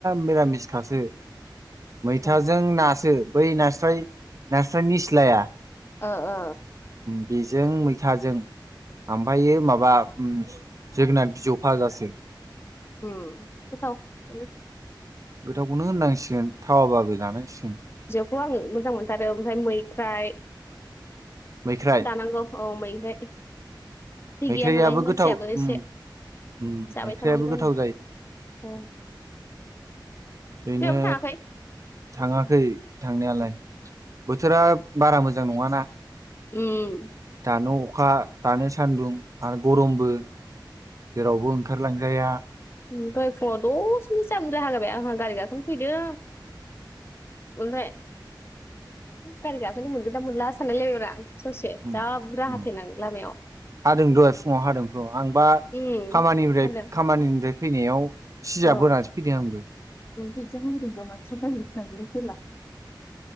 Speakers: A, on the right; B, on the left.
A: मिरामिस खासो। मैथाजों
B: ए
A: नासो बै नास्राय नास्राय निसिलाया।
B: ओ ओ।
A: बेजों मैथाजों ओमफायो माबा ओम जोगोनाथ बिजौ फाजासो।
B: ओम <unintelligible>
A: गोथावखौनो होननांसिगोन थावाबाबो जानांसिगोन।
B: बेखौ आं मोजां मोनथारो ओमफ्राय मैख्राइ।
A: मैख्राइ
B: जानांगौ औ मैख्राय। थै
A: मैख्राइयाबो
B: गैया नालाय
A: गोथाव
B: मानसियाबो
A: उम
B: एसे।
A: उम
B: जाबाय
A: मैख्राइयाबो
B: थानांगौ जायो
A: गोथाव
B: औ
A: ओरैनो
B: जेरावबो थाङाखै
A: थाङाखै थांनायालाय
B: अ
A: बोथोरा- बारा मोजां नङाना
B: उम
A: दानो अखा दानो सान्दुं आरो गरमबो जेरावबो ओंखारलांजाया
B: ओम दहाय फुङाव दसेनो जा बुरजा हगारबाप आंहा गारि गाखोनो फैदों ओमफाय गारि गाखौनो मोनगोना मोनला सानलाय लायबायब्रा आं ससे
A: उम
B: जा बुरजाहाथेनानै
A: उम
B: लामायाव
A: हादों दहाय फुङाव हादोंथ' आंबा
B: उम
A: खामानिनिफ्राय
B: फानदों
A: खामानिनिफ्राय फैनायाव सिजा
B: औ
A: बोनासो फैदों आंबो
B: <unintelligible> <unintelligible>